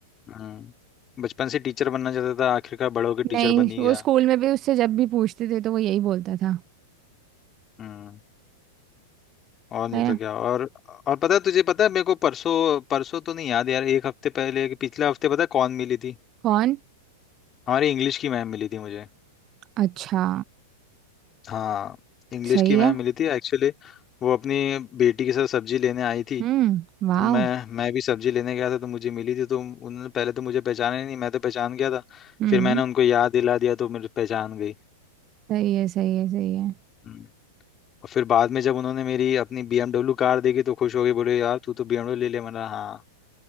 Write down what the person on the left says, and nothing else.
हम्म बचपन से टीचर बनना चाहता था आखिरकार बड़ा होकर टीचर
बन ही
गया
हम्म और नहीं
तो
क्या और और पता है तुझे पता है मेरे को परसों परसों तो नहीं याद यार एक हफ्ते पहले कि पिछले हफ्ते पता है कौन मिली थी
हमारी इंग्लिश की मैम मिली थी मुझे
हाँ इंग्लिश
की मैम
मिली थी एक्चुअली वो अपनी बेटी के साथ सब्जी लेने आई थी
तो मैं मैं भी सब्जी लेने गया था तो मुझे मिली थी तो उन्होंने पहले तो मुझे पहचाना ही नहीं मैं तो पहचान गया था
फिर मैंने उनको याद दिला दिया तो मुझे पहचान गई
हम्म। और फिर बाद में जब उन्होंने मेरी अपनी BMW कार देखी तो खुश हो गई बोले यार तू तो BMW ले ले मैंने बोला, हाँ